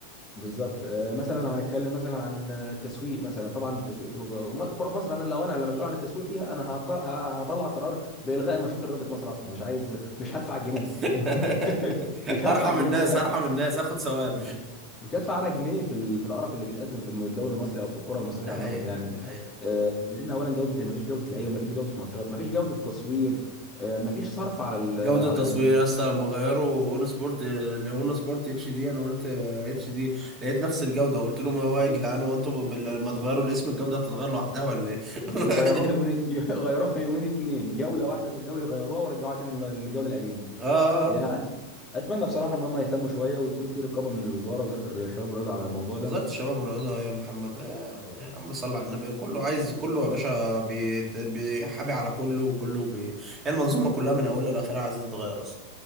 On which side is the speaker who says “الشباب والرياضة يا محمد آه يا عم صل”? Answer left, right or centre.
Right